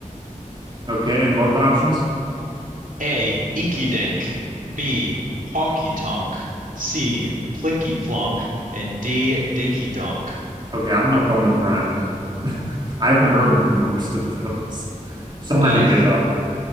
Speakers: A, on the right; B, on the right.
A: Okay, and what were the options?
B: A. Inky Dink. B. Honky Tonk. C. Plinky Plonk. And D. Dinky Donk.
A: Okay, I'm gonna phone a friend. <laughs> I haven't heard of most of those. Some might
B: Uh,
A: be
B: your
A: made
B: f-
A: up.